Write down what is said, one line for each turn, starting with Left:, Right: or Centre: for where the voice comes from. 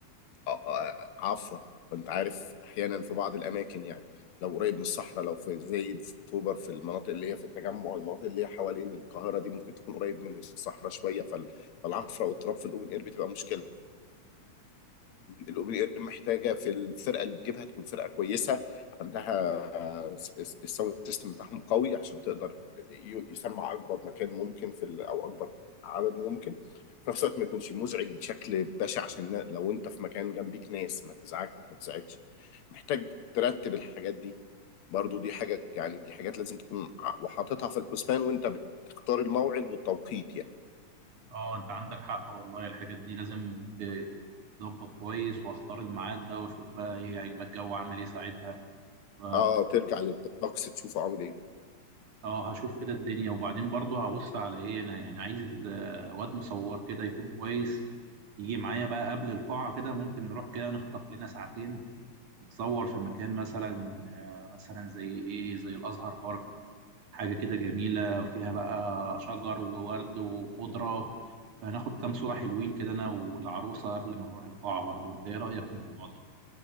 Left: آه، آه، عفره وانت عارف احيانا في بعض الاماكن يعني لو قريب من الصحراء لو في زايد في اكتوبر في المناطق اللي هي في التجمع المناطق اللي هي حوالين القاهره دي ممكن تكون قريب من الصحراء شويه فال- فالعفره والتراب في الاوبن اير بتبقى مشكله الاوبن اير محتاجه في الفرقه اللي تجيبها تكون فرقه كويسه عندها الساوند سيستم بتاعهم قوي عشان تقدر ي- يسمع اكبر مكان ممكن في ال- او اكبر عدد ممكن في نفس الوقت ما يكونش مزعج بشكل بشع عشان لو انت في مكان جنبيك ناس ما تزعج ما تزعجش محتاج ترتب الحاجات دي برضو دي حاجة يعني دي حاجات لازم تكون ع- وحاططها في الحسبان وانت بتختار الموعد والتوقيت يعني
Right: اه انت عندك حق والله الحاجات دي لازم ت- تظبط كويس واختار الميعاد ده واشوف بقى ايه هيبقى الجو عامل ايه ساعتها ف-
Left: اه ترجع للطقس تشوفه عامل ايه
Right: اه هشوف كده الدنيا وبعدين برضه هبص على ايه انا يعني عايز آه، واد مصور كده يكون كويس يجي معايا بقى قبل القاعة كده ممكن نروح كده نخطف لنا ساعتين نتصور في مكان مثلا آه، مثلا زي ايه زي الازهر بارك حاجة كده جميلة وفيها بقى شجر وورد وخضرة فهناخد كام صورة حلوين كده أنا والعروسة قبل ما نروح القاعة برضو أنت إيه رأيك في الموضوع ده؟